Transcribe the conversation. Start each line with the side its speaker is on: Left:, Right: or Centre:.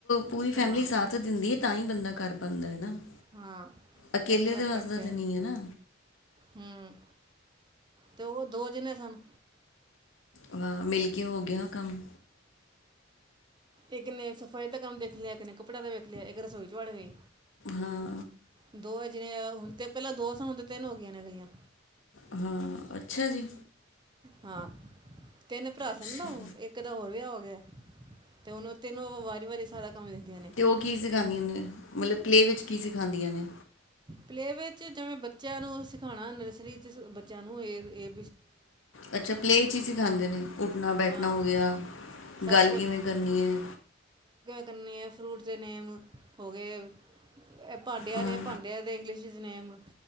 Left: ਪੂਰੀ ਫੈਮਿਲੀ
Right: ਹਾਂ
Left: ਸਾਥ ਦਿੰਦੀ ਹੈ ਤਾਂ ਹੀ ਬੰਦਾ ਘਰ ਬੰਦਾਦੇ ਨਾ <inaudible>
Right: ਹਾਂ
Left: ਅਕੇਲੇ
Right: ਇਹਦੀ ਗੱਲ
Left: ਤੇ ਵਸਦਾ
Right: ਫੈਕਟ
Left: ਤੇ ਨਹੀਂ ਹੈ ਨਾ
Right: ਹਮ ਤੇ ਉਹ ਦੋ ਜਨੇ ਸਨ
Left: ਅ ਮਿਲਕ ਕੀ ਹੋ ਗਿਆ ਕੰਮ
Right: ਇੱਕਨ ਸਫ਼ਾਈ ਦਾ ਕੰਮ ਦੇਖ ਲਿਆ ਕਿਨ ਕੱਪੜਾ ਦਾ ਵਖ ਲਿਆ ਇੱਕ ਰਸੋਈ ਚ ਵੜ ਗਈ
Left: ਹਾਂ
Right: ਦੋ ਹਜ਼ਾਰ ਜਿਵੇ ਹੁਣ ਤੇ ਪਹਿਲਾਂ ਦੋ ਸਾਂ ਹੁਣ ਤੇ ਤਿੰਨ ਹੋ ਗਈਆਂ ਨੇ ਅਗਲੀਆਂ
Left: ਹਾਂ ਅੱਛ ਅੱਛਾ ਜੀ
Right: ਹਾਂ ਤਿੰਨ ਭਰਾ ਸਨ
Left: ਅੱਛਾ।
Right: ਦਾਓ ਇੱਕ ਤਾਂ ਹੋਰ ਵੀ ਆ ੇ <unintelligible> ਤੇ ਉਹਨੂੰ ਤੈਨੂੰ ਵਾਰੀ ਵਾਰੀ ਸਦਾ ਕਮੀ ਦਖਦੀਆਂ ਨੇ
Left: ਤੇ ਉਹ ਕੀ ਸਿਖਾਉਂਦੀਆਂ
Right: ਇਹ
Left: ਨੇ ਮਤਲਬ ਪਲੇ ਵਿੱਚ ਕੀ ਸਿਖਾਉਦੀਆਂ ਨੇ
Right: ਪਲੇਵੇ ਜਿਵੇਂ ਬੱਚਿਆਂ ਨੂੰ ਸਿਖਾਉਣਾ ਨਰਸਰੀ ਚ ਬੱਚਿਆਂ ਨੂੰਏੀ
Left: ਅੱਛਾ ਪਲੇਅ ' ਹੀ ਸਖਾਂਦੇ ਨੇ ਉੱਠਣਾ ਬੈਠਣਾ
Right: ਹਾਂ
Left: ਹੋ ਗਿਆ
Right: ਸਭ
Left: ਗੱਲ ਕਿਵੇਂ ਕਰਨੀ ਹੈ
Right: ਕੇ ਫਰੂਟਸ ਦੇ ਨੇਮ ਹੋਗੇ ਇਹ ਭਾਂਡਿਆਂ
Left: ਹਾਂ
Right: ਨੇ ਭਾਂਡੇ ਇੰਗਿਸ਼ਜ ਨੇ ਆਮ